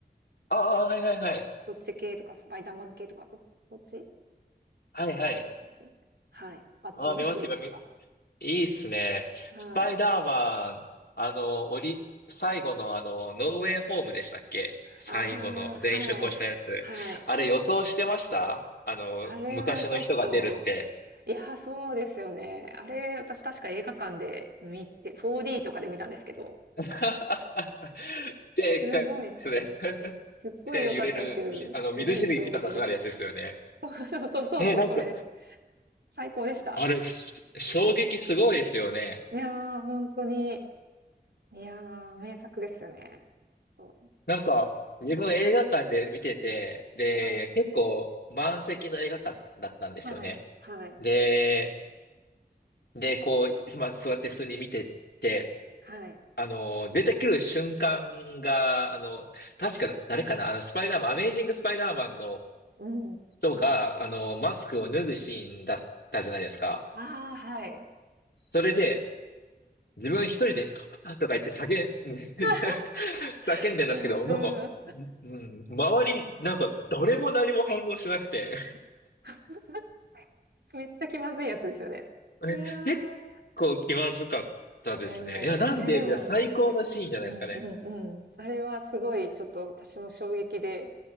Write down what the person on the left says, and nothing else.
ああ、はいはいはい。
はいはい。
ああ、見ます、今、いいっすね。
スパイダーマン、あの、おり、最後のあの、ノーウェイホームでしたっけ最後の全員集合したやつ。
あれ予想してましたあの、
昔の人が出るって。
<laughs> でっかいやつで。
<laughs>
で、揺れるに、あの、水しぶきとかかかるやつですよね。
え、なんか、
あれ、し衝撃すごいですよね。
なんか、自分映画館で見てて、
で、
結構満席の映画館だったんですよね。
で、で、こう、まあ、座って普通に見てって、
あの、出てくる瞬間が、あの、確か、誰かな、あの、スパイダーマン、アメイジングスパイダーマンの
人が、あの、
マスクを脱ぐシーンだったじゃないですか。
それで、自分一人で、はぁとか言って叫ん、
<laughs> 叫んでんですけど、
なんか、うん、周り、なんか、誰も何も反応しなくて、
え結構気まずかったですね。
いや、なんで、
いや最高のシーンじゃないですかね。